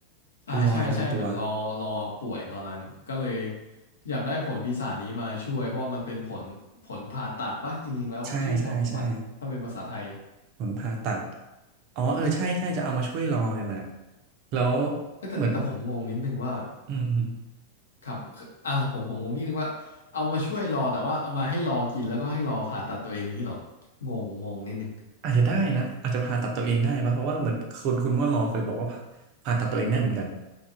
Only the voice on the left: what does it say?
อ่าใช่ใช่เหมือนรอรอป่วยตอนนั้นก็เลย
อยากได้ผลปีศาจนี้มาช่วยเพราะว่ามันเป็นผลผลผ่าตัดปะจริงๆแล้วชื่อผลของมันถ้าเป็นภาษาไทย
เอ้ยแต่แต่ผมงงนิดนึงว่า
ครับเอาผมผมงงนิดนึงว่าเอามาช่วยรอแต่ว่าเอามาให้รอกินแล้วก็ให้รอผ่าตัดตัวเองนี้เหรองงงงนิดนึง